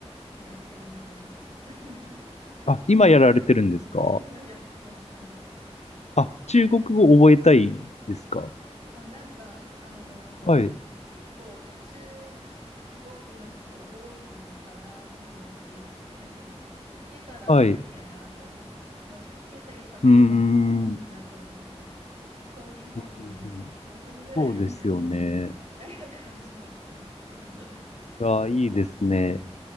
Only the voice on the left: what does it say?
あ、今やられてるんですか
あ、中国語覚えたいですか
はい。
はい。う
ーん。うん
うんうんそうですよね。
いや、いいですね。